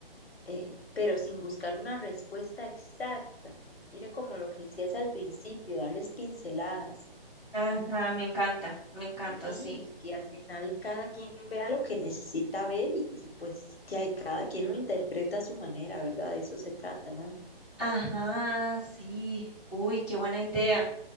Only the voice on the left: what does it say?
eh, pero sin buscar una respuesta exacta. Mira como lo que decías al principio, darles pinceladas.
Sí,
y que al final cada quien vea lo que necesita ver y, y pues ya, y cada quien lo interpreta a su manera, ¿verdad? De eso se trata, ¿no?